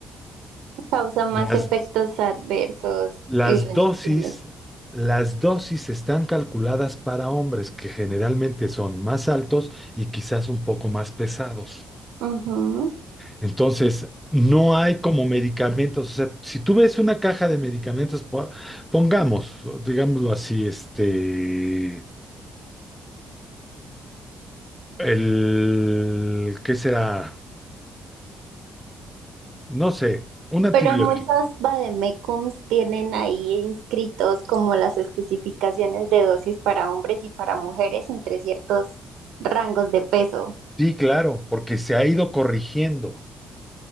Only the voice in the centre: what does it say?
las,
las
dosis, las dosis están calculadas para hombres, que generalmente son más altos y quizás un poco más pesados.
Entonces, no hay como medicamentos. O sea, si tú ves una caja de medicamentos, po- pongamos, digámoslo así, este, el, ¿qué será? No sé, un antibiótico.
Sí, claro, porque se ha ido corrigiendo,